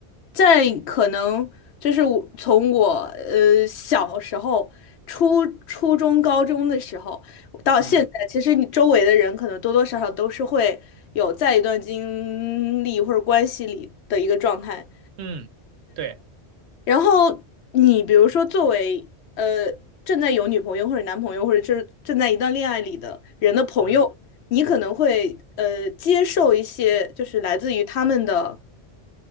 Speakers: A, on the left; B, on the right.
A: 在可能就是我从我呃小时候、初初中、高中的时候到现在，
B: 嗯
A: 其实你周围的人可能多多少少都是会有在一段经历或者关系里的一个状态。
B: 嗯，对，
A: 然后你比如说，作为呃正在有女朋友或者男朋友，或者就是正在一段恋爱里的人的朋友，
B: 嗯，
A: 你可能会呃接受一些就是来自于他们的，